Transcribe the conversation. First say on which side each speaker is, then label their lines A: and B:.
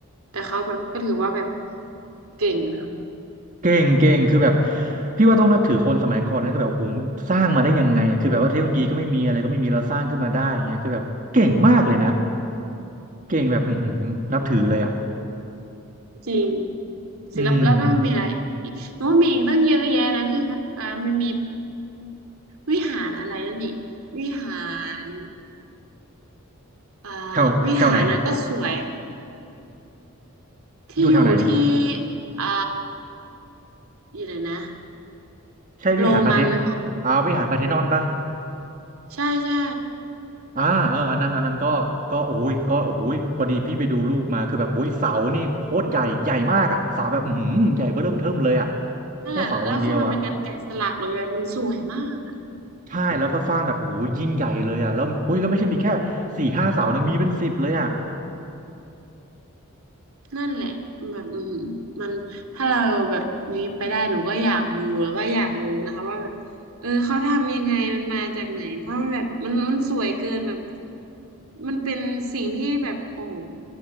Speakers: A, on the right; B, on the right.
A: แต่เขาแบบก็ถือว่าแบบเก่งนะคะ
B: เก่งเก่งคือแบบพี่ว่าต้องนับถือคนสมัยก่อนนะคือแบบโอ้โหสร้างมาได้ยังไงอะคือแบบว่าเทคโนโลยีก็ไม่มีอะไรก็ไม่มีเราสร้างขึ้นมาได้อย่างเงี้ยคือแบบเก่งมากเลยนะเก่งแบบอือหือนับถือเลยอ่ะ
A: จริง
B: อืม
A: ศิลปแล้วก็มันมีอะไรอีกโน้นมีอีกตั้งเยอะแยะนะพี่นะับอามันมีวิหารอะไรนั่นอีกวิหารอ่า
B: แถวแถวไหน
A: วิหารนั้นก็สวยที่อยู่ที่
B: อยู่แถวไหน
A: อ่าอยู่ไหนนะ
B: ใช่วิหารพระเท
A: โรมันหรือเปล่า
B: อ่าวิหารพาร์เธนอนป่ะ
A: ใช่ใช่
B: อ่าเอออันนั้นอันนั้นก็ก็โอ้ยก็โอ้ยพอดีพี่ไปดูรูปมาคือแบบโอ้ยเสานี่โคตรใหญ่ ใหญ่มากอ่ะเสาแบบอือหือใหญ่เบ้อเริ่มเทิ่มเลยอ่ะ
A: นั่นแหละแล้วคือมันเป็นการแกะสลักเลยมันสวยมาก
B: แค่เสาอย่างเดียวอ่ะใช่แล้วก็สร้างแบบโอ้ยยิ่งใหญ่เลยอ่ะแล้วโอ้ยแล้วไม่ใช่มีแค่สี่ห้าเสานะมีเป็นสิบเลยอ่ะ
A: นั่นแหละแบบอืมมันถ้าเราแบบนี้ไปได้หนูก็อยากดูแล้วก็อยากรู้นะคะว่าแบบเออเขาทำยังไงมันมาจากไหนเพราะว่าแบบมันมันสวยเกินแบบมันเป็นสิ่งที่แบบโอ้โห